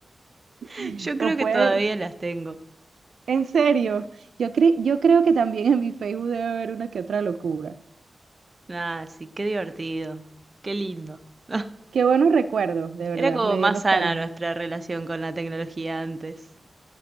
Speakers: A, on the right; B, on the right.
A: <laughs>
B: <laughs>
A: Yo creo
B: O puede,
A: que todavía las tengo.
B: en serio, yo cre- yo creo que también en mi Facebook debe haber una que otra locura.
A: Ah, sí, qué divertido, qué lindo. <laughs>
B: Qué buenos recuerdos, de verdad,
A: Era como
B: me
A: más
B: dio nostalgia.
A: sana nuestra relación con la tecnología antes.